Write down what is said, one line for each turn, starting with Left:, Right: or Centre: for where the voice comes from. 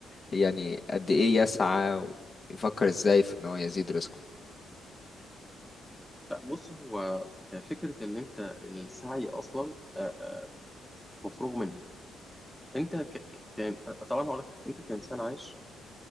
Left: يعني قد ايه يسعى ويفكر ازاي في ان هو يزيد رزقه
Centre: لا بص هو آه، فكره ان انت السعي اصلا آه، مفروغ منها انت ك... كان طبعا هقول لك انت كانسان عايش